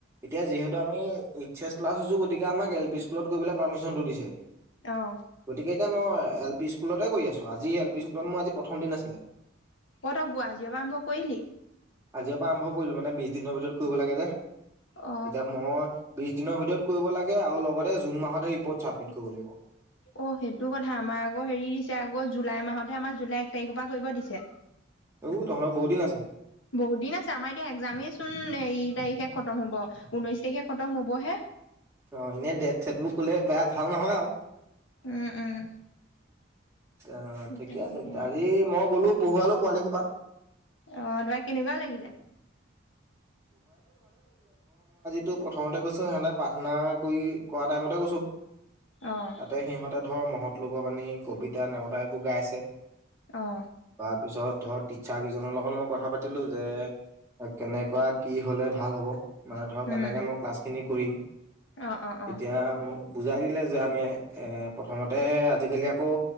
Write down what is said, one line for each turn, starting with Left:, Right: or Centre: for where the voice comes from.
Right: ক জিহত আম এইচ এছ প্লাছ গতিকে আমাক এপি স্কুলত কৰিবলে পাৰ্মিশনটো দিছে
Left: আহ
Right: গতিকে এতিয়া মই এল পি স্কুলতে কৰি আছো আজি এল পি স্কুলত মোৰ আজি প্ৰথম দিন আছিলে
Left: এই তোগু! আজিৰ পৰা আৰম্ভ কৰিলি?
Right: আজিৰ পৰা আৰম্ভ কৰিলো মানে বিশ দিনৰ ভিতৰত কৰিব লাগে যে
Left: অ
Right: এতিয়া মই বিশ দিনৰ ভিতৰত কৰিবলাগে আৰু লগতে জুন মাহতে ৰিপৰ্ট চাবমিট কৰিব লাগিব।
Left: অ সেইটো কথা আমাৰ আকৌ হেৰি দিছে আকৌ জুলাই মাহতহে আমাৰ জুলাই তাৰিখৰ পৰা কৰিব দিছে
Right: ও তহঁতৰ বহুত দিন আছে
Left: বহুত দিন আছে আমাৰ এতিয়া একজামেই চোন এই তাৰিখে খতম হব ঊনৈশ তাৰিখে খতম হবহে
Right: অ এনেই ডেট চেট বোৰ কলে বেয়া ভাল নহয় আৰু
Left: উম উম
Right: অ ঠিকে
Left: তাকে
Right: ত আজি মই গ'লো পোহোৱালো পোৱালিসোপাক
Left: আহ তোমাৰ কেনেকুৱা লাগিলে
Right: টো প্ৰথমতে গৈছো সিহঁতে প্ৰাৰ্থনা কৰি কৰা টাইমতে গৈছো
Left: অ',
Right: তাতে সিহঁতে ধৰ মহত লগৰ বানি কবিতা নেওতা এইবোৰ গাইছে
Left: আহ
Right: তাৰ পিছত ধৰ টিচাৰ কেইজনৰ লগত মই কথা পাতিলো যে কেনেক কৰা কি হলে ভাল হ'ব মানে ধৰা কেনেকে
Left: উম,
Right: মই ক্লাছখিনি কৰিম
Left: অ', অ', অ',
Right: তেতিয়া মোক বুজাই দিলে যে আমি প্ৰথমতে আজিকালি আকৌ